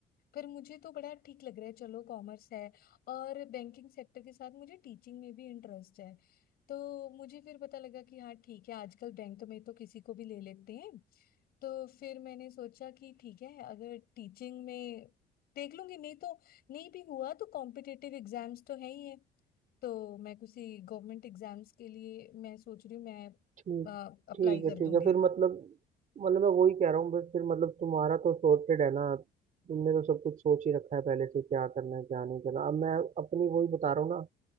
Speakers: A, on the left; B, on the right.
A: फिर मुझे तो बड़ा ठीक लग रहा है चलो कॉमर्स है और बैंकिंग सेक्टर के साथ मुझे टीचिंग में भी इंटरेस्ट है तो मुझे फिर पता लगा कि हाँ ठीक है आजकल बैंक में तो किसी को भी ले लेते हैं तो फिर मैंने सोचा कि ठीक है अगर टीचिंग में देख लूंगी नहीं तो नहीं भी हुआ तो कॉम्पिटिटिव एग्जाम्स तो है ही है तो मैं किसी गवर्नमेंट एग्जाम्स के लिए मैं सोच रही हूँ मैं
B: ठीक
A: अप्लाई
B: ठीक है
A: कर
B: ठीक
A: दूंगी
B: है फिर मतलब मतलब मैं वही कह रहा हूँ बस फिर मतलब तुम्हारा तो सॉर्टेड है ना तुमने तो सब कुछ सोच ही रखा है पहले से क्या करना है क्या नहीं करना अब मैं अपनी वही बता रहा हूँ ना